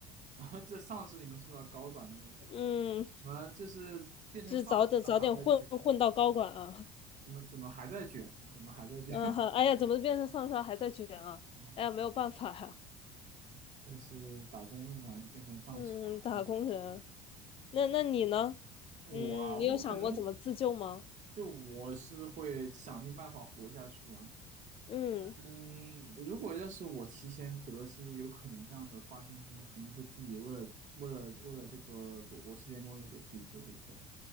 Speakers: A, on the right; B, on the left.
A: <laughs> 然后这上司你们知道高管的位置？
B: <laughs> 嗯，
A: 怎么这是变成丧尸了还在卷？
B: 就是早点早点混混到高管啊，
A: 怎么怎么还在卷啊？怎么还在卷？
B: <laughs> 嗯，
A: <laughs>
B: 哎呀，怎么变成丧尸了还在卷啊？
A: 嗯，
B: 哎呀，没有办法呀。
A: 这是打工命啊，就变成丧尸了还在
B: 嗯，打工人。那那你呢？
A: 我啊，
B: 嗯，你有想过怎么自救吗？
A: 我可能就我是会想尽办法活下去啊。
B: 嗯
A: 嗯，如果要是我提前得知有可能这样的发生的话，我肯定会自己为了为了为了这个躲过世界末日给自己做准备。